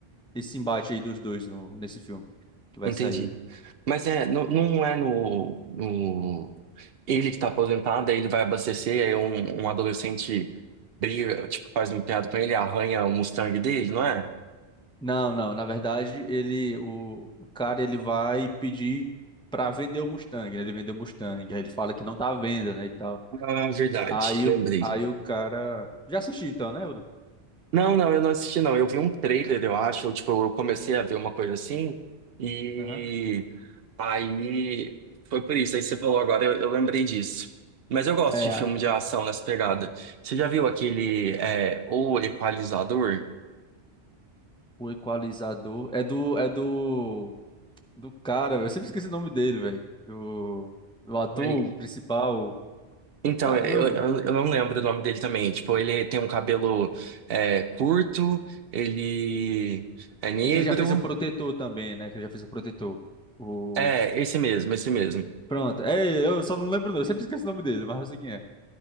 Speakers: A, in the centre; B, on the right.
A: esse embate aí dos dois no, nesse filme que vai
B: Entendi.
A: sair.
B: Mas é, não, não é no, no. ele que tá aposentado, aí ele vai abastecer, aí um, um adolescente briga, tipo, faz uma piada com ele, arranha o Mustang dele, não é?
A: Não, não, na verdade, ele, o, o cara, ele vai pedir pra vender o Mustang, né? Ele vendeu o Mustang, aí ele fala que não tá à venda, né, e tal.
B: Ah, verdade,
A: Aí
B: lembrei.
A: o, aí o cara... Já assisti então, né, Bruno?
B: Não, não, eu não assisti, não. Eu vi um trailer, eu acho, eu, tipo, eu comecei a ver uma coisa assim, e
A: Aham.
B: aí foi por isso, aí você falou agora, eu, eu lembrei disso. Mas eu gosto
A: É,
B: de filme de ação nessa pegada. Você já viu aquele, é, O Equalizador?
A: o Equalizador. É do, é do Do cara, velho. Eu sempre esqueci o nome dele, velho. Do, do ator
B: Ai,
A: principal.
B: Então,
A: Caramba.
B: é, eu, eu eu não lembro o nome dele também. Tipo, ele tem um cabelo é, curto, ele é negro.
A: E que ele já fez o Protetor também, né? Que ele já fez o Protetor. O...
B: É, esse mesmo, esse mesmo.
A: Pronto. É, eu só não lembro, não. Eu sempre esqueço o nome dele, mas eu sei quem é.